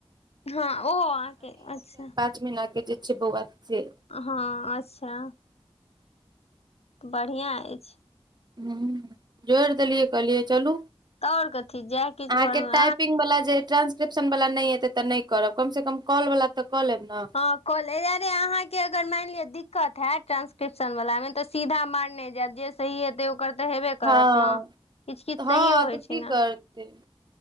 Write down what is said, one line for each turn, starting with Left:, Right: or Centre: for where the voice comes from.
Left: हां ओ अहांके अच्छा
Right: <unintelligible> अहां के जे छै बौआ से
Left: हां अच्छा बढ़िआँ अछि।
Right: ह जोड़ि देलियै कहलियै चलू।
Left: तऽ आओर कथी जाय किछु
Right: अहाँके
Left: घरमे
Right: टाइपिंग वला जे ट्रांस क्रिप्शन वाला नहि एतै त नै करब कम से कम कॉल वाला त कऽ लेब न।
Left: ह कऽ ले अरे अहाँके अगर माइन लिअ दिक्कत हैत ट्रांसक्रिप्शन वलामे त सीधा मारने जैब जे सही हेतय ओकर त हेबे
Right: हँ
Left: करत ने किछ- किछ
Right: हँ
Left: सहियो होइ
Right: तऽ की
Left: छैय ने।
Right: करतै